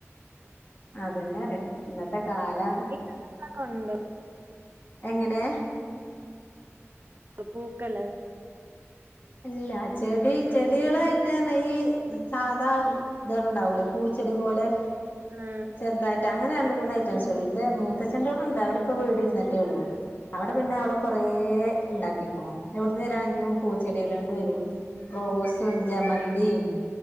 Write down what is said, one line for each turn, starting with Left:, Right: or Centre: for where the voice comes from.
Left: അതന്നെ അറിണ് ഇന്നത്തെ കലാണ്
Right: നിങ്ങകൊക്കേ ഉണ്ടോ
Left: എങ്ങനെ
Right: അപൂക്കള്
Left: ല്ല ചെടി ചെടികളായിട്ട് ഈ സാധാ ബടെണ്ടാവൂലേ പൂച്ചെടി പോലെ
Right: ആഹ്
Left: ചെറ്തായിട്ട് അങ്ങനെ രണ്ട് മൂന്ന് ഐറ്റംസെ ഉള്ളു എന്റെ മുത്തച്ഛേന്റോടൊണ്ട് അവരിപ്പോ വീട്ര്ന്ന്ട്ടേ ഉള്ളൂ അവടെ
Right: ഉം.
Left: പിന്നെ അവള് കൊറ ഇണ്ടാക്കികുണു എവ്ടുന്ന് വരാണെങ്കിലും പൂച്ചെടികൾ കൊണ്ട് വരും റോസും
Right: ഉം.
Left: ജമന്തിം